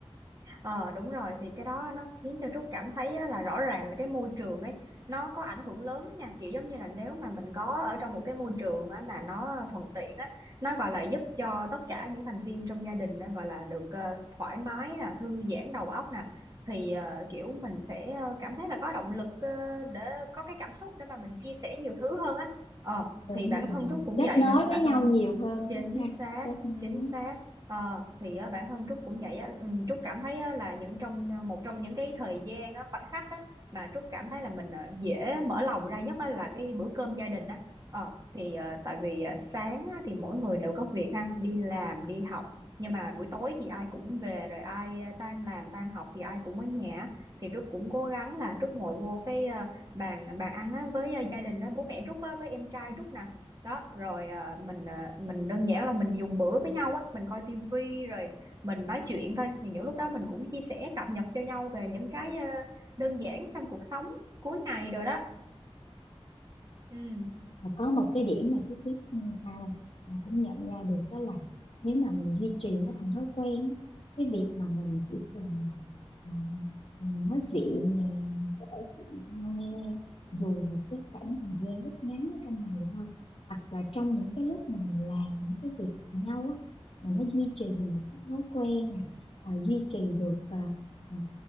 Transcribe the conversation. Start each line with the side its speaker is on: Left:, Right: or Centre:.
Right: Ờ đúng rồi
Left: Ừ.
Right: thì cái đó nó khiến cho Trúc cảm thấy á, là rõ ràng là cái môi trường ấy nó có ảnh hưởng lớn á nha kiểu giống như là nếu mà mình có ở trong một cái môi trường á, mà nó thuận tiện á nó gọi là giúp cho tất cả những thành viên trong gia đình á, gọi là được ờ, thoải mái nè thư giãn đầu óc nè thì ờ, kiểu mình sẽ ờ, cảm thấy là có động lực ờ, để có cái cảm xúc để mà mình chia sẻ nhiều thứ hơn á ờ
Left: đúng
Right: thì bản
Left: rồi
Right: thân Trúc cũng
Left: kết
Right: vậy
Left: nối
Right: nữa
Left: với
Right: bản
Left: nhau
Right: thân
Left: nhiều hơn
Right: chính
Left: chút ha
Right: xác
Left: kết nối
Right: chính xác ờ thì á, bản thân Trúc cũng vậy á Ừ, Trúc cảm thấy á, là những trong ờ, một trong những cái thời gian á, khoảnh khắc á, mà Trúc cảm thấy là mình ờ, dễ mở lòng ra nhất á, là cái bữa cơm gia đình á ờ thì ờ, tại vì ờ, sáng á, thì mỗi người đều có việc ha đi làm đi học nhưng mà buổi tối thì ai cũng về rồi ai ờ, tan làm tan học thì ai cũng ở nhà á. thì Trúc cũng cố gắng là Trúc ngồi vô cái ờ, bàn bàn ăn á, với ờ, gia đình đó bố mẹ Trúc á, với em trai Trúc nè đó rồi à, mình à, mình đơn giản là mình dùng bữa với nhau á mình coi tivi rồi mình nói chuyện thôi thì những lúc đó mình cũng chia sẻ cập nhật cho nhau về những cái à, đơn giản trong cuộc sống cuối ngày rồi đó ừ
Left: mà có một cái điểm mà Tuyết biết ừ, sao không? Em cũng nhận ra được đó là nếu mà mình duy trì nó thành thói quen cái việc mà mình chỉ cần mà à, nói chuyện nè mình kể chuyện cho nhau nghe dù một cái khoảng thời gian rất ngắn ở trong ngày thôi hoặc là trong những cái lúc mà mình làm những cái việc cùng nhau á mà nó duy trì thành một cái thói quen nè à, duy trì được à, ờ,